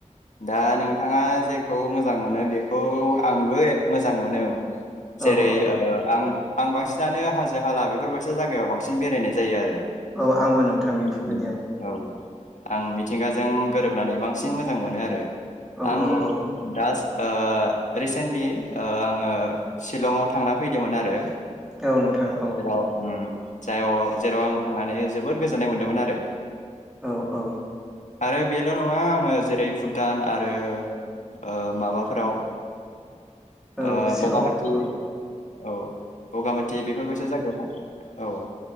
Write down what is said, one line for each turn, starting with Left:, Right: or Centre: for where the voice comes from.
Left: दा नोंथाङा जेखौ मोजां मोनो बेखौ आंबो ए मोजां मोनो ।
Centre: औ
Left: जेरै
Centre: औ
Left: ओ आं आं बांसिनानो हाजो हाला बेफोरबायदि जायगायाव बांसिन बेरायनाय जायो आरो
Centre: औ आंबो नोंथां बेफोर
Left: औ
Centre: बायदियानो
Left: आं मिथिंगाजों गोरोबनानै बांसिन मोजां मोनो आ रो
Centre: औ
Left: आं
Centre: औ औ
Left: दास ओ रिसेन्टलि ओ आङो शिलंआव थांना फैदोंमोन आरो
Centre: औ नोंथां औ
Left: जेराव उम जा व जेराव आं थांनानै जोबोद गोजोननाय मोन्दोंमोन आरो
Centre: औ औ
Left: आरो बेल' नङा आङो जेरै फुद भुटान आरो ओ माबाफोराव
Centre: औ
Left: ओ
Centre: शिलंआव
Left: बगा माथि
Centre: औ
Left: औ बगा माथि बेफोर बायसा जायगायाव था औ